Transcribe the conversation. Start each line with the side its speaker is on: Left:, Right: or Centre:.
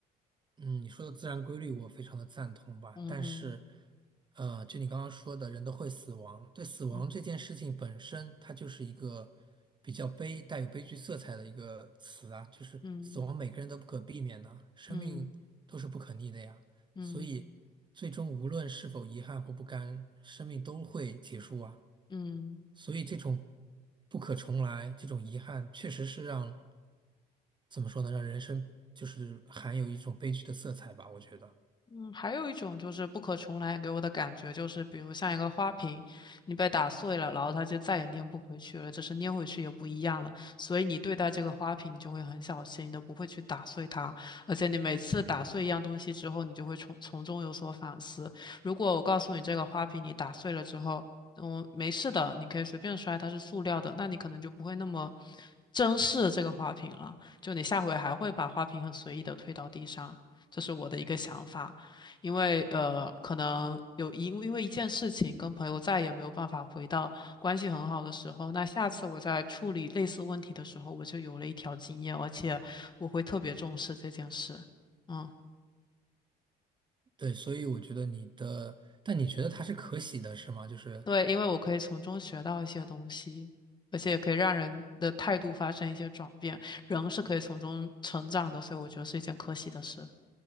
Right: 嗯，你说的自然规律我非常的赞同吧，
Left: 嗯嗯
Right: 但是，呃，就你刚刚说的，人都会死亡，对死亡这件事情本身，
Left: 嗯
Right: 它就是一个比较悲，带有悲剧色彩的一个词啊，就是死亡每个人都不可避免的，
Left: 嗯
Right: 生命都是不可逆的呀，
Left: 嗯。嗯
Right: 所以最终无论是否遗憾或不甘，生命都会结束啊。
Left: 嗯。
Right: 所以这种不可重来，这种遗憾，确实是让，怎么说呢，让人生就是含有一种悲剧的色彩吧，我觉得。
Left: 嗯，还有一种就是不可重来给我的感觉，就是比如像一个花瓶，你被打碎了，然后它就再也粘不回去了，就是粘回去也不一样了。所以你对待这个花瓶，你就会很小心的，你都不会去打碎它。而且你每次打碎一样东西之后，你就会从从中有所反思。如果我告诉你这个花瓶你打碎了之后，嗯，没事的，你可以随便摔，它是塑料的，那你可能就不会那么珍视这个花瓶了。就你下回还会把花瓶很随意的推到地上，这是我的一个想法。因为呃，可能有一因为一件事情跟朋友再也没有办法回到关系很好的时候，那下次我在处理类似问题的时候，我就有了一条经验，而且我会特别重视这件事。嗯，
Right: 对，所以我觉得你的，但你觉得它是可喜的，是吗？就是，
Left: 对，因为我可以从中学到一些东西，而且也可以让人的态度发生一些转变，人是可以从中成长的，所以我觉得是一件可喜的事。